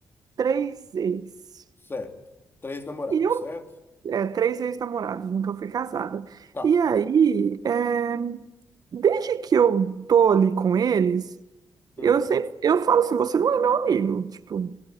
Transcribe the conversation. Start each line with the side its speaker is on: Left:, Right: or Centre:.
Right: três ex.
Left: Certo. Três namorados,
Right: e eu
Left: certo?
Right: é, três ex-namorados, nunca fui casada.
Left: Tá.
Right: E aí, é, desde que eu tô ali com eles,
Left: Hum.
Right: eu sempre, eu falo assim, você não é meu amigo, tipo,